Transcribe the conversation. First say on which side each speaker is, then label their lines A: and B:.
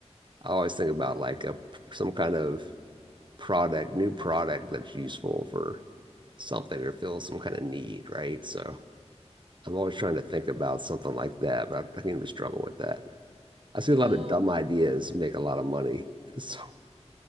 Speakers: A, on the right; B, on the right.
A: I always think about like a some kind of product, new
B: invest
A: product that's useful for something or fills some kind of need, right? So I'm always trying to think about something like that, but I, can even struggle with that. I see
B: you
A: a lot
B: know
A: of dumb ideas make a lot of money. So,